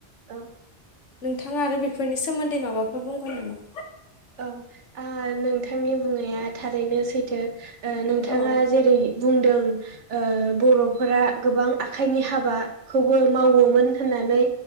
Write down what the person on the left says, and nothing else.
नोंथाङा आरो बेफोरनि सोमोन्दै माबाफोर बुंगोन नामा?
औ